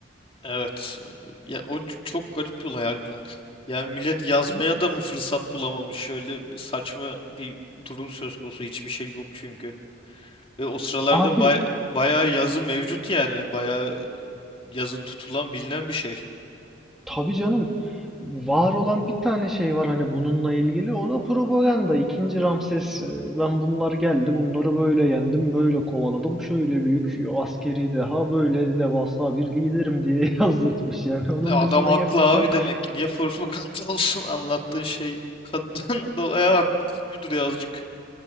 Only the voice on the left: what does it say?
Evet. Ya, o ç- çok garip bir olay harbiden. Yani millet yazmaya da mı fırsat bulamamış? Şöyle bir saçma bir durum söz konusu. Hiçbir şey yok çünkü. Ve o sıralarda
bay bayağı yazı mevcut yani. Bayağı yazı tutulan bilinen bir şey.
E, adam
haklı
abi demek ki. Niye propaganda <laughs> olsun anlattığın şey? Kadın <laughs> da haklı gibi duruyor azıcık.